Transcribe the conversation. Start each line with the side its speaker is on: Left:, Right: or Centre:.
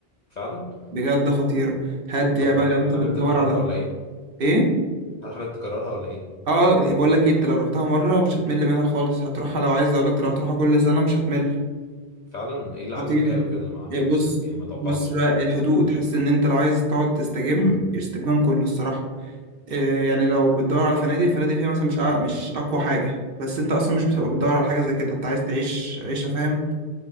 Left: فعلا
Right: بجد خطيره هاديه
Left: طب
Right: بقى
Left: هل
Right: لو
Left: حابب
Right: انت بتدور
Left: تكررها
Right: على
Left: ولا ايه
Right: ايه
Left: هل حابب تكررها ولا ايه
Right: اه بقول لك إيه، انت لو رحتها مره مش هتمل منها خالص هتروحها لو عايز اقول لك لو هتروحها كل سنه مش هتمل
Left: فعلا ايه اللي
Right: خطيره
Left: عجبك فيها قوي كده ما ما
Right: إيه بص
Left: حسيت يعني ما توقعتش
Right: بص بقى الهدوء تحس ان انت لو عايز تقعد تستجم استجمام كله الصراحه إيه يعني لو بتدور على فنادق فنادق فيها مثلا مش أع- مش اقوى حاجه بس انت اصلا مش بتبقى بتدور على حاجه زي كده انت عايز تعيش عيشه فاهم